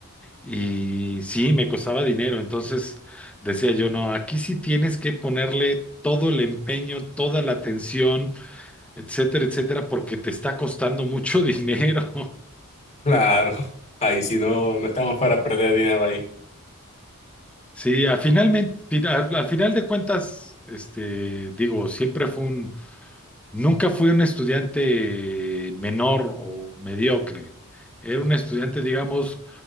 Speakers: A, in the centre; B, on the left (about 30°).
A: y sí, me costaba dinero, entonces decía yo, no, aquí sí tienes que ponerle todo el empeño, toda la atención, etcétera, etcétera, porque te está costando mucho <laughs> dinero.
B: Claro, <laughs> ahí si no, no estamos para perder dinero ahí.
A: Sí, a finalmente, al al final de cuentas, este, digo, siempre fue un, nunca fui un estudiante menor o mediocre. Era un estudiante, digamos,